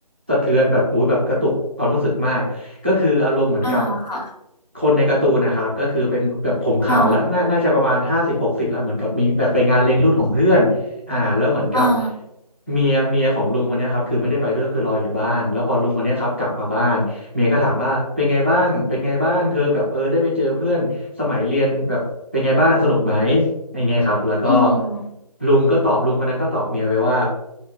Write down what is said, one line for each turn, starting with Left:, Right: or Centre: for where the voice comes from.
Right: สะเทือนแบบโอ้ยแบบกระตุกความรู้สึกมากก็คืออารมณ์เหมือนกับ
Left: อา
Right: คนในการ์ตูนนะครับก็คือเป็นแบบผมขาวแล้วน่าน่าจะประมาณห้าสิบหกสิบแล้วเหมือนกับมีแบบไปงานเลี้ยงรุ่นของเพื่อน
Left: อา
Right: อ่าแล้วเหมือนกับ
Left: อา
Right: เมียเมียของลุงคนเนี้ยครับคือไม่ได้ไปด้วยคือรออยู่บ้านแล้วพอลุงคนเนี้ยครับกลับมาบ้านเมียก็ถามว่าเป็นไงบ้างเป็นไงบ้างเธอแบบเออได้ไปเจอเพื่อนสมัยเรียนแบบเป็นไงบ้างสนุกไหมอย่างเงี้ยครับแล้วก็
Left: อืม
Right: ลุงก็ตอบลุงคนนั้นก็ตอบเมียไปว่า